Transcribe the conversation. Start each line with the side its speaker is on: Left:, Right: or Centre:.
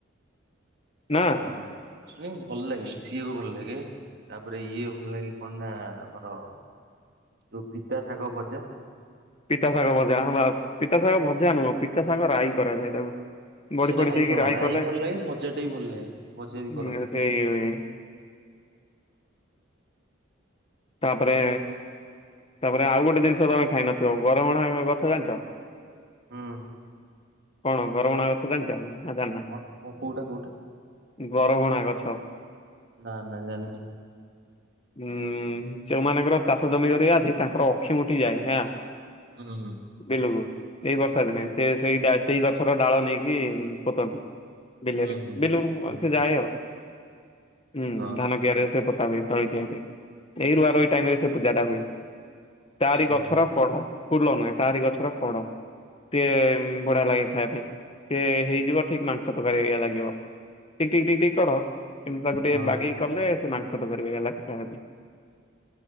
Left: ନା
Right: ହଁ ଭଲ ଲାଗେ ମିଶିବାକୁ ଭଲ ଲାଗେ। ତାପରେ ଇଏ ଭଲ ଲାଗେ କଣ ନା ଆମର ଯୋଉ ପିତା ଶାଗ ଭଜା।
Left: ପିତା ସାଗ ଭଜା ବା ପିତା ସାଗ ଭଜା ନୁହଁ ପିତା ସାଙ୍ଗ ରାଇ କରାଯାଏ ତାକୁ। ବଡି
Right: ଆ ସେ
Left: ଫଡି
Right: ରାାଇ
Left: ଦେଇକି
Right: ହଁ ରାଇ
Left: କଲେ
Right: ଭଲ ଲାଗେ ଭଜା ଟା ବି ଭଲ ଲାଗେ ଭଜା
Left: ହୁଁ,
Right: ବି କରନ୍ତି।
Left: ସେଇ <unintelligible> ତାପରେ ତାପରେ ଆଉ ଗୋଟେ ଜିନିଷ ତମେ ଖାଇନଥିବ ଗରଭାଣ ଗଛ ଜାଣିଛ?
Right: ହୁଁ।
Left: କଣ ଘରମଣା କଥା ଜାଣିଛ? ନାଁ ଜାଣିବା
Right: କ କୋଉଟା କୋଉଟା
Left: ବରହଣା ଗଛ?
Right: ନା ନା ଜାଣିନି
Left: ହୁଁ। ଯୋଉମାନଙ୍କର ଚାଷ ଜମି କରିରିଆ ଅଛି ତାଙ୍କର ଅକ୍ଷିମ ଠିଯାଏ ହେଁ।
Right: ହଁ ହଁ।
Left: ବିଲକୁ ଏଇ ବର୍ଷା ଦିନେ ସେ ସେଇ ସେଇ ଗଛର ଡାଳ ନେଇକି ପୋତନ୍ତି। ବିଲରେ
Right: ହୁଁ
Left: ବିଲୁ
Right: ହୁଁ।
Left: ସେ ଯା ଆଉ। ହୁଁ
Right: ହଁ
Left: ଧାନ କିଆରୀ ସେ ପତା ହୁଏ ସେ ତଳି କିଆରିରେ। ସେଇ ରୁଆ ରୋଇ ଟାଇମ ରେ ସେ ପୂଜା ଟା ହୁଏ ତାରି
Right: ହଁ
Left: ଗଛର କଢ। ଫୁଲ ନୁହେଁ ତାରି ଗଛର କଢ଼। ସିଏ ବଢିଆ ଲାଗେ ଖାଇବା ପାଇଁ ସିଏ ହେଇଯିବ ଠିକ ମାଂସ ତରକାରି ଭଳିଆ ଲାଗିବ। ଟିକି ଟିକ ଟିକ କର କିନ୍ତୁ ତାକୁ ଟିକେ
Right: ହଁ
Left: ବାଗେଇ କଲେ ସେ ମାଂସ ତରକାରି ଲାଗେ।